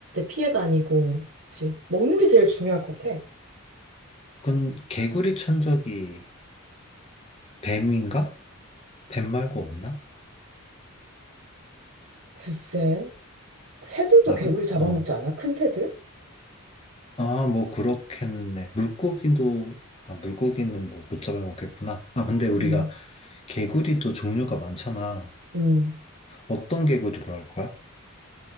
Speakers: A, on the right; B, on the left.
A: 피해 다니고, 그치. 먹는 게 제일 중요할 것 같아.
B: 그건 개구리 천적이 뱀인가? 뱀 말고 없나?
A: 글쎄, 새들도
B: 아,
A: 개구리
B: 그,
A: 잡아먹지
B: 어.
A: 않아? 큰 새들?
B: 아, 뭐 그렇겠네. 물고기도 아, 물고기는 뭐 못 잡아먹겠구나. 아, 근데 우리가
A: 음,
B: 개구리도 종류가 많잖아.
A: 음,
B: 어떤 개구리로 할 거야?